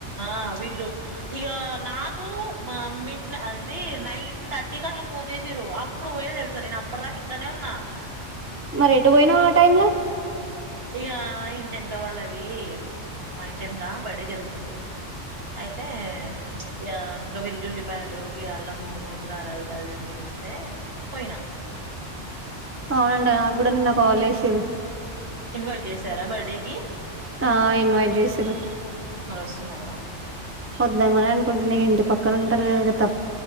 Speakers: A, on the right; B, on the right.
A: ఆ విల్లు ఇ నాకు మిడ్ అదంది నైట్ థర్టీకి అట్లా ఫోన్ చేసి్ర అప్పుడు పోయిన తెలుసా నేను అప్పటి దాకా ఇంట్లోనే ఉన్నా
B: మరి ఎటు పోయినాం ఆ టైమ్ లో
A: ఇక ఇంటెనకా వాళ్ళది మా ఇంటెనక బర్డే జరుగుతుంది అయితే ఇ ఇక వెల్లు ఉల్లిపాయలు గ అల్లము నూడుదురా రాదురా ఇదని పిలిస్తే పోయినా
B: అవునం నా కూడా నిన్న కాల్ చేసారు
A: ఇన్వాట సార బర్డేకి
B: ఆ ఇన్వైట్ చేసారు
A: మరొస్తున్నావా?
B: వద్దామని అనుకుంటు నకు ఇంటి పక్కన ఉంటారు కదా కదా తప్ప